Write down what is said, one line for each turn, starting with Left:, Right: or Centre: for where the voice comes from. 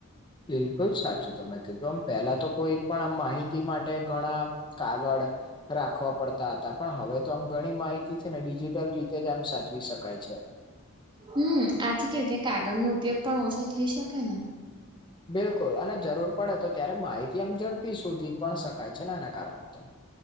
Left: બિલકુલ સાચું તમે કીધું, આમ પેલા તો કોઈ પણ આમ માહિતી માટે ઘણા આમ કાગળ રાખવા પડતા હતા, પણ હવે તો આમ ઘણી માહિતી છે ને ડિજિટલ રીતે જ આમ સાચવી શકાય છે.
Right: હમ્મ, આથી કેવું કે કાગળનો ઉપયોગ પણ ઓછો થઈ શકે ને
Left: બિલકુલ અને જરૂર પડે તો ત્યારે માહિતી આમ ઝડપી સોધી પણ શકાય છે ને એના કારણે તો